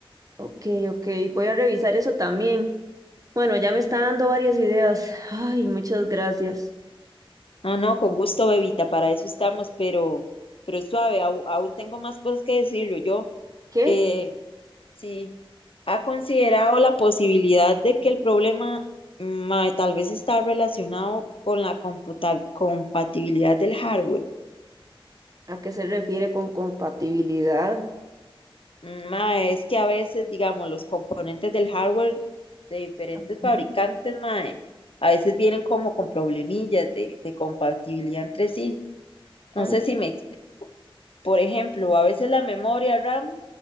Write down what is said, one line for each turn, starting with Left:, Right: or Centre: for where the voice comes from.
Right: Ok, ok, voy a revisar eso también. Bueno, ya me está dando varias ideas. Ay, muchas gracias.
Left: No, no, con gusto, bebita, para eso estamos, pero, pero suave, au- aún, tengo más cosas que decirlo. Yo,
Right: ¿Qué?
Left: eh, sí. ¿Ha considerado la posibilidad de que el problema ma, tal vez está relacionado con la computa- compatibilidad del hardware?
Right: ¿A qué se refiere con compatibilidad?
Left: Ma, es que a veces, digamos, los componentes del hardware de diferentes
Right: Ajá.
Left: fabricantes, ma, eh, a veces vienen como con problemillas de, de compatibilidad entre sí. No
Right: Ah,
Left: sé si me explico. Por ejemplo, a veces la memoria RAM,